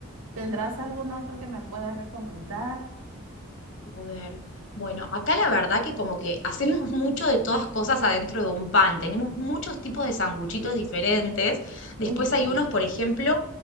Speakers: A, on the right; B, on the left.
A: ¿Tendrás algún otro que me puedas recomendar?
B: A ver, bueno, acá la verdad que como que hacemos <laughs> mucho de todas cosas adentro de un pan. Tenemos muchos tipos de sanguchitos diferentes. Después
A: Entiendo,
B: hay unos, por ejemplo,